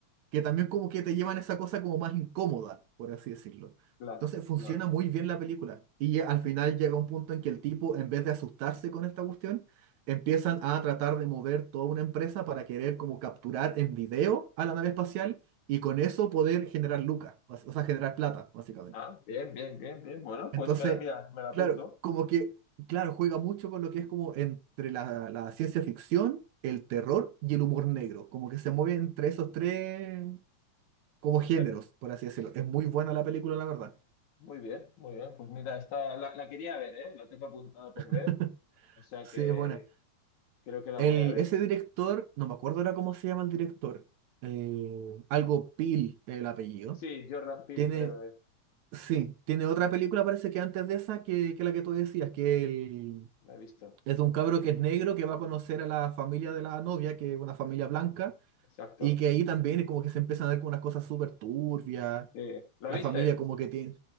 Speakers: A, on the right; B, on the left.
A: que también como que te llevan a esa cosa como más incómoda, por así decirlo.
B: claro,
A: Entonces funciona
B: claro.
A: muy bien la película. Y al final llega un punto en que el tipo, en vez de asustarse con esta cuestión, empiezan a tratar de mover toda una empresa para querer como capturar en video a la nave espacial y con eso poder generar lucas, o sea, generar plata, básicamente.
B: Ah, bien, bien, bien, bien, bueno,
A: Entonces,
B: pues me la, mira, me la apunto.
A: claro, como que, claro, juega mucho con lo que es como entre la, la ciencia ficción, el terror y el humor negro, como que se mueve entre esos tres, como géneros,
B: Bueno,
A: por así decirlo. Es muy buena la película, la verdad.
B: Muy bien, muy bien. Pues mira, esta la, la quería ver, ¿eh? La tengo apuntada por
A: <laughs>
B: ver, o sea
A: Sí,
B: que
A: es buena.
B: creo que la
A: El,
B: voy a ver.
A: ese director, no me acuerdo ahora cómo se llama el director, eh, algo Pil, el apellido.
B: Sí, Jordan Peele,
A: Tiene,
B: creo, eh.
A: sí, tiene otra película, parece que antes de esa, que, que la que tú decías, que el-
B: La he visto.
A: es de un cabro que es negro que va a conocer a la familia de la novia, que es una familia blanca,
B: Exacto.
A: y que ahí también es como que se empiezan a ver con unas cosas súper turbias,
B: Sí. ¿La
A: la
B: viste?
A: familia como que tiene...